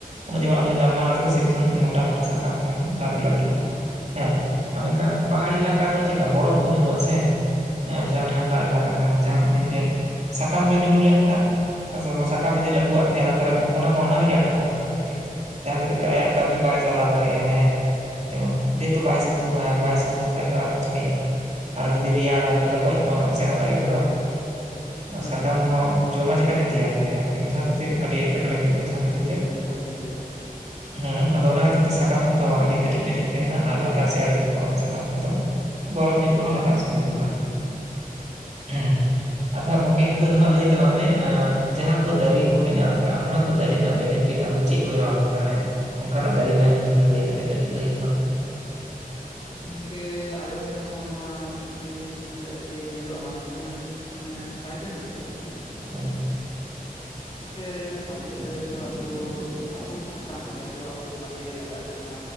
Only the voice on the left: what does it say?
ᱦᱳᱭ
ᱦᱳᱭ
ᱦᱳᱭ
ᱜᱚᱝᱠᱮ
ᱟᱰᱤ
ᱡᱚᱛᱷᱟᱛ ᱵᱤᱱ ᱞᱟᱹᱭᱫᱟ,
<unintelligible>
ᱜᱚᱝᱠᱮ ᱟᱞᱮ ᱥᱮᱫ ᱦᱚᱸ ᱱᱚᱣᱟ ᱵᱤᱨ ᱫᱤᱥᱚᱢ ᱥᱮᱫ ᱟᱨ ᱪᱮᱫ ᱧᱮᱞᱚᱜ-ᱟ, ᱡᱮᱢᱚᱱ ᱮᱸᱻ ᱥᱟᱨᱡᱚᱢ ᱫᱟᱲᱮ ᱟᱨ ᱪᱮᱫ
ᱤᱝᱠᱟᱹ ᱥᱟᱨᱡᱚᱢ ᱫᱟᱨᱮ ᱫᱚ ᱟᱵᱚ ᱟᱵᱚ ᱥᱟᱠᱟᱢ ᱡᱟᱦᱟᱸ ᱫᱚ ᱟᱵᱚ ᱠᱟᱹᱢᱤ ᱨᱮ ᱞᱟᱜᱟᱜ ᱛᱟᱵᱚᱱᱟ,